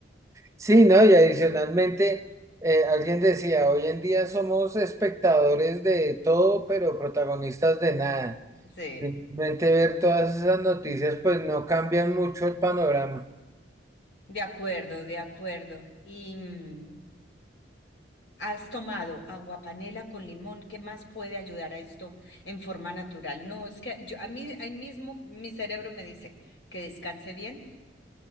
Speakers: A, on the right (about 15°); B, on the left (about 80°).
A: sí, ¿no? Y adicionalmente, eh, alguien decía, hoy en día somos espectadores de todo, pero protagonistas de nada.
B: Sí,
A: Simplemente ver todas esas noticias, pues no cambian mucho el panorama.
B: de acuerdo, de acuerdo. Y, mm, Has tomado aguapanela con limón, ¿qué más puede ayudar a esto en forma natural? No, es que yo, a mí ahí mismo mi cerebro me dice que descanse bien,